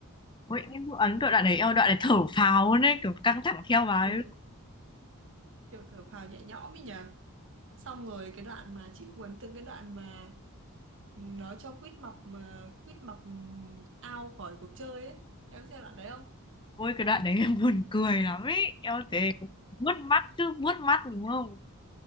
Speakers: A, on the left; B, on the right.
A: ôi em cũng ấn tượng đoạn đấy eo đoạn đấy thở phào luôn ấy kiểu căng thẳng theo bà ấy
B: ừ, kiểu thở phào nhẹ nhõm ấy nhờ xong rồi cái đoạn mà chị cuốn từng cái đoạn mà nó cho quýt mập mà quýt mập ao khỏi cuộc chơi ấy em xem đoạn đấy
A: ôi cái đoạn đấy <laughs> em buồn cười lắm ấy eo thế vuốt mắt chứ vuốt mắt đúng không